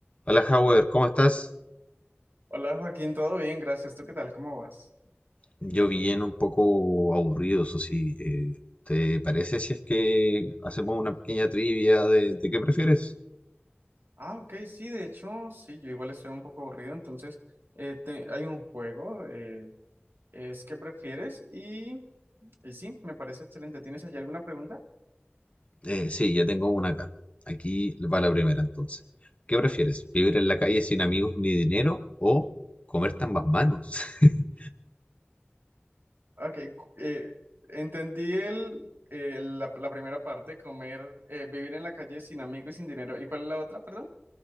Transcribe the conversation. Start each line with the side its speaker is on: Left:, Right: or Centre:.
Left: Hola, Howard, ¿cómo estás?
Right: Hola Joaquín, todo bien, gracias. ¿Tú qué tal? ¿Cómo vas?
Left: Yo bien un poco aburrido, eso sí. Eh, ¿te parece si es que hacemos una pequeña trivia de, de qué prefieres?
Right: Ah, ok, sí, de hecho, sí, yo igual estoy un poco aburrido, entonces eh, te- hay un juego, eh, es ¿qué prefieres? Y, y sí, me parece excelente. ¿Tienes allí alguna pregunta?
Left: Eh, sí, ya tengo una acá. Aquí va la primera entonces. ¿Qué prefieres? ¿Vivir en la calle sin amigos ni dinero o comerte ambas manos? <laughs>
Right: Ok, cu- eh, entendí el, eh, la, la primera parte, comer, eh, vivir en la calle sin amigos y sin dinero. ¿Y cuál es la otra, perdón?